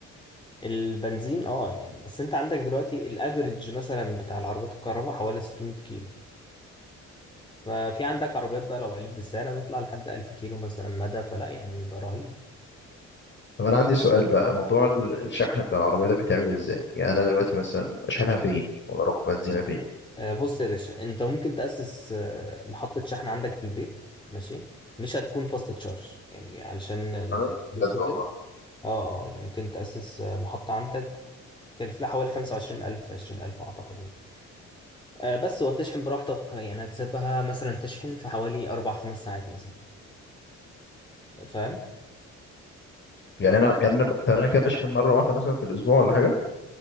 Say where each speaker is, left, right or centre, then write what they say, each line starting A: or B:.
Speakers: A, on the left; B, on the left.
A: البنزين اه يعني بس انت عندك دلوقتي الافريج مثلا بتاع العربيات الكهرباء حوالي 600 كيلو ففي عندك عربيات بقى لو عليت بالسعر هتطلع لحد 1000 كيلو مثلا مدى فلا يعني ده رهيب
B: طب أنا عندي سؤال بقى موضوع ال- الشحن بتاع العربية ده بيتعمل إزاي؟ يعني أنا دلوقتي مثلا أشحنها
A: مم.
B: فين؟ ولا أروح بنزينها فين؟
A: آه، بص يا باشا انت ممكن تأسس آه، محطة شحن عندك في البيت ماشي مش هتكون فاست تشارج يعني علشان ال-
B: أه؟
A: الفلوس
B: بجد
A: وكده
B: والله
A: اه اه يعني ممكن تأسس آه، محطة عندك تكلف لها حوالي 25000 20000 أعتقد يعني آه، بس وهتشحن براحتك يعني هتسيبها مثلا تشحن في حوالي أربع خمس ساعات مثلا فاهم
B: يعني أنا يعني أنا ب- طب أنا كده بشحن مرة واحدة مثلا في الأسبوع ولا حاجة